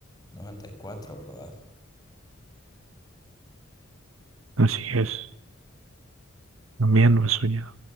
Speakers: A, on the left; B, on the right.
A: noventa y cuatro ¿verdad?
B: Así es, también lo he soñado.